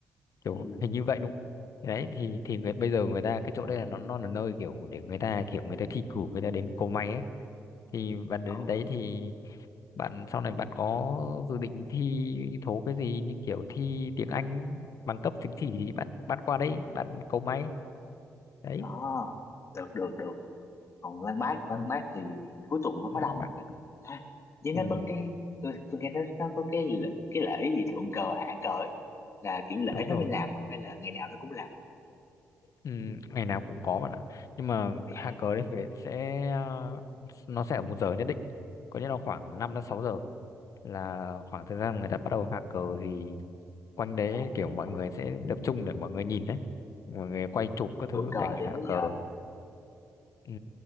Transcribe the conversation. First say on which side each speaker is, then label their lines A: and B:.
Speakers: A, on the left; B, on the left.
A: kiểu
B: ừ
A: hình như vậy đúng không? Thì đấy thì thì người bây giờ người ta cái chỗ đây là nó nó là nơi kiểu để người ta kiểu người ta thi cử người ta đến cầu may ấy thì bạn đến
B: ok
A: đấy thì bạn sau này bạn có dự định thi thố cái gì như kiểu thi tiếng Anh bằng cấp chứng chỉ thì bạn bạn qua đấy bạn cầu may đấy
B: đó được được được còn Lan Bác
A: ừ,
B: Lan Bác thì cuối tuần nó có
A: lòng
B: đông không
A: bạn
B: ta? ha với
A: ừ,
B: nó có cái tôi, tôi nghe nó nó có cái lễ- cái lễ gì thượng cờ hạ cờ ấy là kiểu lễ
A: đúng
B: nó
A: rồi
B: mới làm à, hay là ngày nào nó cũng làm
A: ừ, ngày nào cũng có bạn ạ nhưng mà
B: Ây da,
A: hạ cờ đấy phải sẽ ờ, nó sẽ ở một giờ nhất định có nghĩa là khoảng 5 đến 6 giờ là khoảng thời gian người ta bắt đầu hạ cờ thì quanh đấy
B: rồi
A: kiểu mọi
B: rồi
A: người
B: được
A: sẽ tập trung để mọi người nhìn đấy mọi người quay
B: ừ.
A: chụp các thứ
B: thượng cờ
A: cảnh
B: thì
A: hạ
B: mấy
A: cờ
B: giờ vậy
A: ừ,